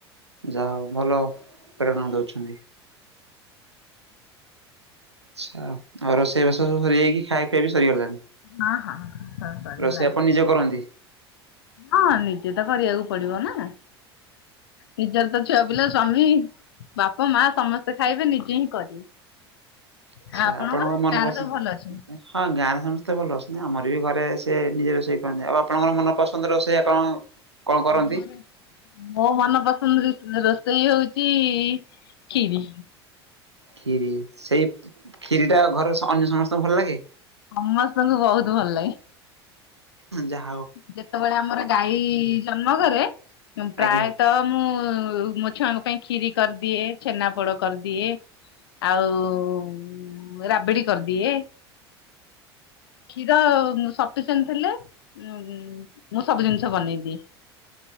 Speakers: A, on the right (about 85°); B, on the left (about 65°).
A: ଯାହାହଉ ଭଲ ପ୍ରେରଣା ଦଉଛନ୍ତି। ଆଛା ଆଉ ରୋଷେଇବାସ ସବୁ ସରିଯାଇକି ଖାଇବା ପିଇବା ବି ସରିଗଲାଣି?
B: ହଁ -ହଁ ସବୁ ସରିଗଲାଣି।
A: ରୋଷେଇ ଆପଣ ନିଜେ କରନ୍ତି?
B: ହଁ ନିଜେ ତ କରିବାକୁ ପଡିବ ନା। ନିଜର ତ ଛୁଆ ପିଲା ସ୍ୱାମୀ ବାପା ମା ସମସ୍ତେ ଖାଇବେ ନିଜେ ହିଁ କରିବୁ।
A: ଆଚ୍ଛା
B: ଆଉ ଆପଣଙ୍କର
A: ଆପଣଙ୍କ ମନପସନ୍ଦ
B: ଗାଁରେ ସବୁ ଭଲ ଅଛନ୍ତି?
A: ହଁ ଗାଁରେ ସମସ୍ତେ ଭଲ ଅଛନ୍ତି ଆମର ବି ଘରେ ସିଏ ନିଜେ ରୋଷେଇ କରନ୍ତି ଆଉ ଆପଣଙ୍କର ମନ ପସନ୍ଦ ରୋଷେଇଆ କଣ କଣ କରନ୍ତି?
B: ମୋର ମୋ ମନ ପସନ୍ଦ ରୋଷେଇ ହଉଚି କ୍ଷୀରି।
A: କ୍ଷୀରି ସେଇ କ୍ଷୀରିଟା ଘରେ ଅନ୍ୟ ସମସ୍ତଙ୍କୁ ଭଲ ଲାଗେ?
B: ସମସ୍ତଙ୍କୁ ବହୁତ୍ ଭଲ ଲାଗେ।
A: ଯା।
B: ଯେତେବେଳେ ଆମର ଗାଈ ଜନ୍ମ କରେ ଉଁ- ପ୍ରାୟେ
A: ଆଜ୍ଞା।
B: ତ ମୁଁ ମୋ ଛୁଆଙ୍କ ପାଇଁ କ୍ଷୀରି କରିଦିଏ ଛେନା ପୋଡ କରିଦିଏ ଆଉ ରାବିଡି କରିଦିଏ। କ୍ଷୀର ସଫିସେଣ୍ଟ୍ ଥିଲେ ଉଁ- ମୁଁ ସବୁ ଜିନିଷ ବନେଇଦିଏ।